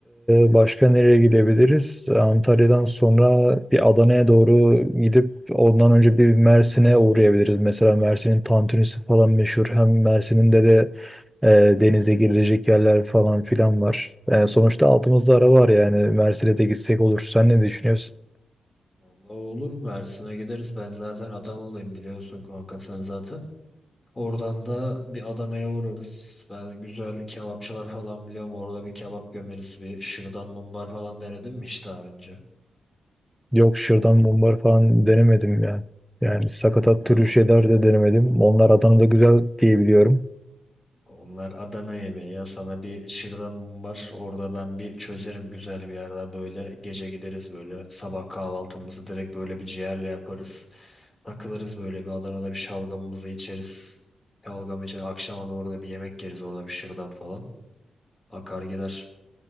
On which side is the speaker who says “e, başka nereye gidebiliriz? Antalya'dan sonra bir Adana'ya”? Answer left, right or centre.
Centre